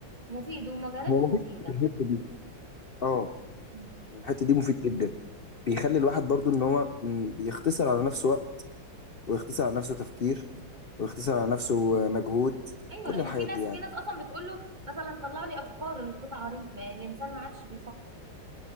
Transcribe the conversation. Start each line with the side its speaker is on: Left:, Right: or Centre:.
Right: مفيد ومجالاته
Left: هو
Right: مفيدة
Left: مفيد في الحتة دي اه
Right: م.
Left: الحتة دي مفيد جدا بيخلي الواحد برضو ان هو م، بيختصر على نفسه وقت ويختصر على نفسه تفكير ويختصر على نفسه آه، مجهود
Right: أيوة
Left: كل
Right: لأن
Left: الحاجات
Right: في ناس
Left: دي يعني
Right: في ناس أصلا بتقول له مثلا طلع لي أفكار القطعة دي ما الإنسان ما عادش بيفكر